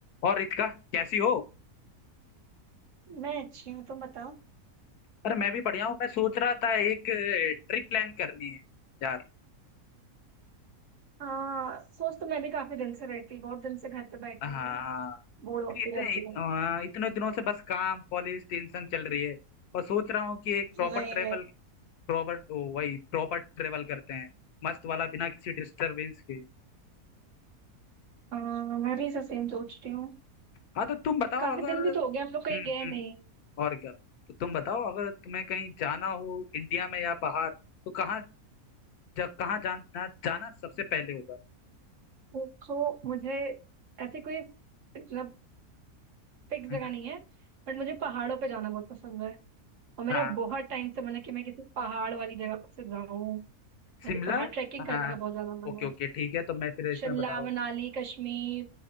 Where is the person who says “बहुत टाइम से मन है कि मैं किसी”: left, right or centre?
Right